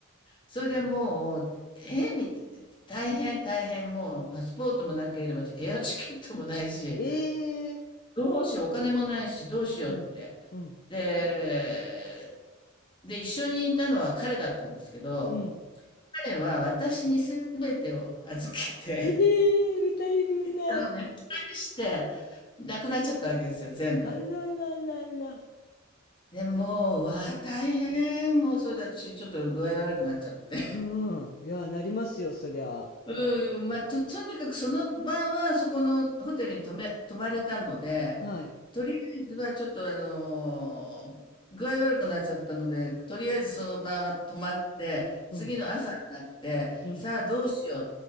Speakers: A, on the left; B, on the left.
A: それでもう、えみ、大変大変もうパスポートもなければエアチケットもないし、
B: ええ
A: どうしよう、お金もないし、どうしようって。
B: うん、うん、
A: で、で、一緒にいたのは彼だったんですけど、
B: うん、
A: 彼は私に全てを預けて、
B: ええ二人分ない。
A: <laughs> お願いして、なくなっちゃったわけですよ、全部。
B: あらららら。
A: で、もう、うわあ、
B: うん。
A: 大変。もう、それで私、ちょっと具合悪くなっちゃって。
B: うんいや、なりますよ、そりゃ。
A: うん、まあ、と、とにかくその晩はそこのホテルに泊め、泊まれたので、
B: はい。
A: とりあえずはちょっとあの具合悪くなっちゃったので、とりあえずその晩は泊まって、次の朝になって、
B: うん、うん、
A: さあどうしよ